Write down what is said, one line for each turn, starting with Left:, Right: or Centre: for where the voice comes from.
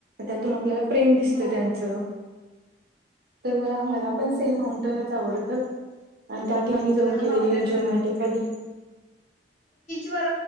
Right: त्यातून आपल्या प्रेम दिसत
Left: हो
Right: त्यांचं, तर मला,
Left: हो
Right: मला
Left: हो
Right: पण
Left: हो
Right: सेम माउंटन आवडतं. आणि त्या ठिकाणी जाऊन केलेली
Left: माऊंटन
Right: एन्जॉयमेंट एखादी
Left: वर <inaudible>